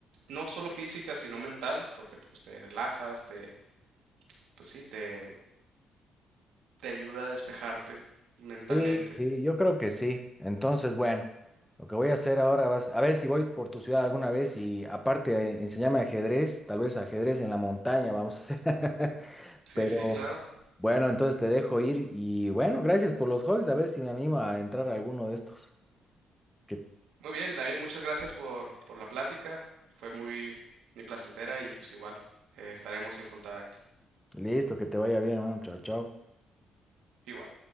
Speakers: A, on the right (about 85°); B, in the centre.
A: no solo física sino mental, porque pues te relajas, te, pues sí, te, te ayuda a despejarte mentalmente.
B: Sí, sí, yo creo que sí. Entonces, bueno, lo que voy a hacer ahora va a ser- a ver si voy por tu ciudad alguna vez y aparte eh, enséñame ajedrez, tal vez ajedrez en la montaña vamos a hacer. <laughs>
A: Sí,
B: Pero
A: sí, claro.
B: bueno, entonces te dejo ir y bueno, gracias por los hobbies, a ver si me animo a entrar a alguno de estos. Que,
A: Muy bien, también muchas gracias por, por la plática. Fue muy, muy placentera y pues igual eh, estaremos en contacto.
B: listo, que te vaya bien, hermano. Chao, chao.
A: Igual.